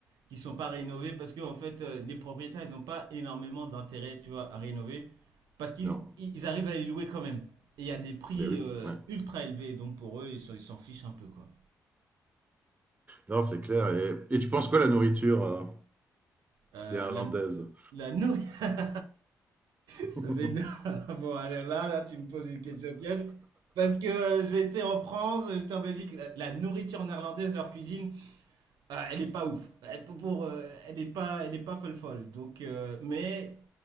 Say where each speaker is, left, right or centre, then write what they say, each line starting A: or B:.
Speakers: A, on the right; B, on the right.
A: qui sont pas rénovés parce que en fait, euh, les propriétaires, ils ont pas énormément d'intérêt, tu vois, à rénover parce qu'ils
B: non,
A: ils arrivent à les louer quand même. Et il y a des prix
B: mais oui,
A: euh,
B: ouais.
A: ultra élevés, donc pour eux, ils s'en ils s'en fichent un peu, quoi.
B: Non, c'est clair. Et, et tu penses quoi la nourriture euh,
A: Euh,
B: néerlandaise
A: la la nou- <laughs> Ça,
B: <laughs>
A: c'est énorme. <laughs> Bon, alors là, là, tu me poses une question piège. Parce que euh, j'étais en France, j'étais en Belgique, la, la nourriture néerlandaise, leur cuisine, Ah, elle est pas ouf. Elle, pour- pour, euh, elle est pas, elle est pas folle folle. Donc, euh, mais